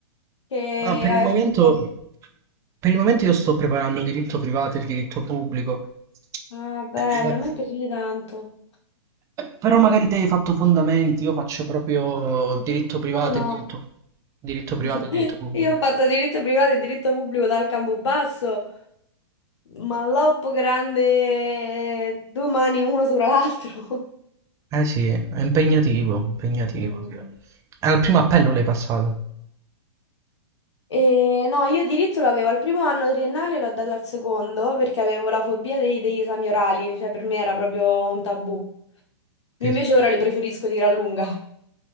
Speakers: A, on the left; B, on the right.
A: che
B: Ma per
A: hai
B: il momento,
A: affrontato?
B: per il momento io sto preparando diritto privato e il diritto pubblico.
A: Ah, bella,
B: Eh,
A: a me è piaciuta tanto.
B: però magari te hai fatto fondamenti, io faccio proprio diritto privato
A: No, no,
B: e diritto, diritto
A: <laughs>
B: privato e diritto pubblico.
A: io ho fatto diritto privato e diritto pubblico dal Campobasso, ma l'oppo grande, due mani uno sopra l'altro.
B: Eh sì, è impegnativo, impegnativo.
A: <laughs>
B: Al primo appello l'hai passato.
A: E no, io diritto lo avevo al primo anno triennale, l'ho dato al secondo perché avevo la fobia dei- degli esami orali, cioè per me era proprio un tabù. Io
B: Sì,
A: invece
B: sì.
A: ora li preferisco di gran lunga.